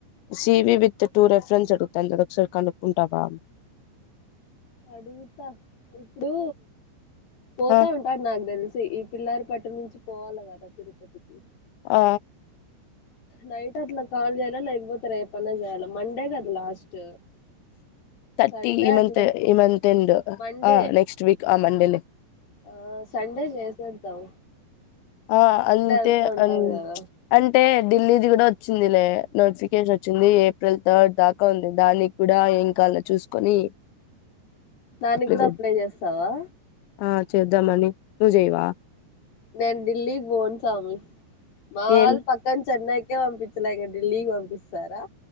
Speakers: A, on the left; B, on the left.
A: సివి విత్ టూ రెఫరెన్స్ అడుగుతాంది ఒకసారి కనుక్కుంటావా
B: అడుగుత ఇపుడు పోతా
A: ఆ
B: ఉంటాడు నాకు తెలిసి పిల్లారి పట్టు నుంచి పోవాలి కదా తిరుపతికి
A: ఆ
B: నైట్ అట్లా కాల్ చేయాల లేయికపోతా రెప్పన్న చేయాలా మండే కదా లాస్ట్
A: థర్టీ
B: సండే
A: ఈ మంత్
B: అట్లా
A: ఈ మంత్ ఎండ్
B: మండే
A: ఆ నెక్స్ట్ వీక్ ఆ మండేనే
B: ఆ సండే చేసేద్దాం
A: ఆ
B: సండే
A: అంతే
B: అంతా ఉంటది
A: అ
B: కదా
A: అంటే ఢిల్లీది కూడా వచ్చిందిలే, నోటిఫికేషన్ వచ్చింది ఏప్రిల్ థర్డ్ దాకా ఉంది దానికి కూడా ఏం కావాలో చూసుకొని
B: దానికి కూడా
A: ఆ! చే
B: అప్లై చేస్తావా
A: ఆ చేద్దామని నువ్వు చెయవా
B: నే దిల్లీకి బోన్ సామి మావాళ్ళు
A: ఏం
B: పక్కన చెన్నైకే పంపించలే ఇంక ఢిల్లీకి పంపిస్తారా